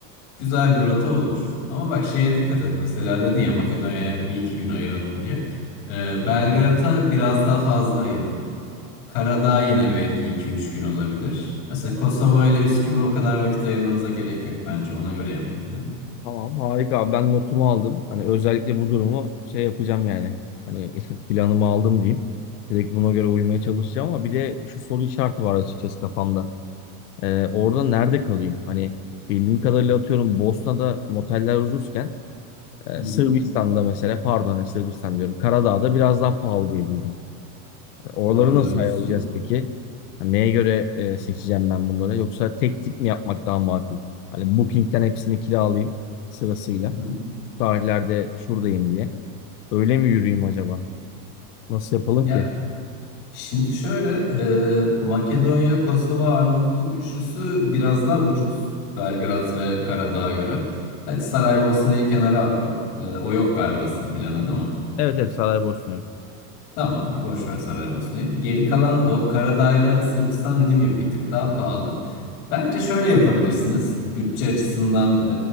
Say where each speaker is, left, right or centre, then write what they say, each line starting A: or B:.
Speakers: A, on the left; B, on the left.
A: güzel bir rota olur. Ama bak şeye dikkat et. Mesela dedin ya Makedonya'ya bir iki gün ayıralım diye. Ee, Belgrad'a biraz daha fazla ayırın. Karadağ yine belki iki üç gün olabilir. Mesela Kosova ile Üsküp'e o kadar vakit ayırmanıza gerek yok bence. Ona göre yapın planı.
B: Tamam harika abi ben notumu aldım. Hani özellikle bu
A: Hı
B: durumu şey yapacağım yani. Hani <laughs> planımı aldım diyeyim. Direkt buna göre uymaya çalışacağım ama bir de şu soru işareti var açıkçası kafamda. Ee, orada nerede kalayım? Hani bildiğim kadarıyla atıyorum Bosna'da moteller ucuzken e,
A: hı.
B: Sırbistan'da mesela pardon hani Sırbistan diyorum. Karadağ'da biraz daha pahalı diye duydum. Oraları
A: Doğru
B: nasıl
A: duymuşsun.
B: ayarlayacağız peki? Hani neye göre e, seçeceğim ben bunları? Yoksa tek tip mi yapmak daha makul? Hani Booking'den hepsini kiralayayım sırasıyla
A: Hı hı.
B: şu tarihlerde şuradayım diye. Öyle mi yürüyeyim acaba? Nasıl yapalım
A: Ya
B: ki?
A: Şimdi şöyle, e, Makedonya, Kosova, Arnavutluk üçlüsü biraz daha ucuz. Belgrad ve Karadağ'a göre. Hadi Saraybosna'yı kenara attım. E, o yok galiba sizin planda değil mi?
B: Evet evet saraya borçluyum.
A: Tamamdır, boş ver Saraybosna'yı. Geri kalan o Karadağ'la Sırbistan dediğim gibi bir tık daha pahalı. Bence şöyle yapabilirsiniz. Bütçe açısından